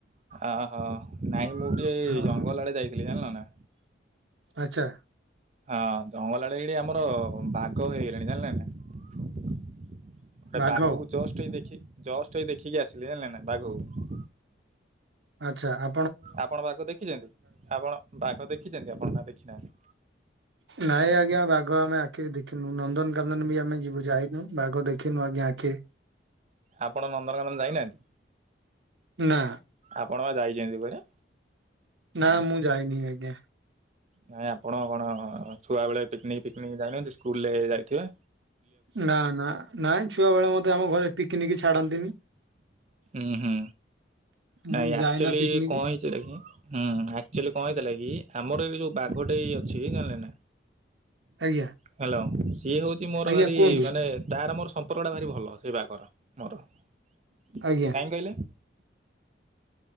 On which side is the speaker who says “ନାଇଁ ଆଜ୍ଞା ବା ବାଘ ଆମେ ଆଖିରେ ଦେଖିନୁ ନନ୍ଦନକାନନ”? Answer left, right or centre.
Right